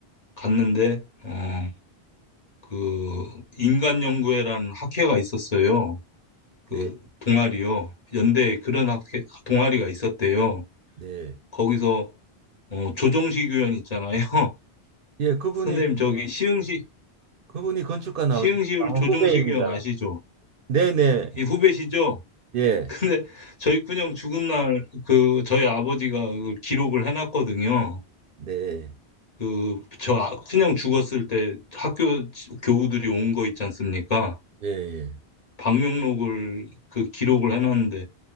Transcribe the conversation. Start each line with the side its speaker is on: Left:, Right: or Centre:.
Left: 갔는데 어, 그 인간연구회라는 학회가 있었어요. 그
Right: 네.
Left: 동아리요. 연대에 그런 학회 동아리가 있었대요.
Right: 네.
Left: 거기서 어, 조정식 의원 있잖아요. <laughs>
Right: 예, 그분이
Left: 선생님 저기 시흥시
Right: 그분이 건축가 나오셨
Left: 시흥시울
Right: 어,
Left: 조정식
Right: 후배입니다.
Left: 의원 아시죠?
Right: 네네.
Left: 이 후배시죠?
Right: 예.
Left: 근데 저희 큰형 죽은 날 그 저희 아버지가 그 기록을 해놨거든요.
Right: 네.
Left: 그 저 큰형 죽었을 때 학교 지- 교우들이 온 거 있지 않습니까?
Right: 예, 예.
Left: 방명록을 그 기록을 해놨는데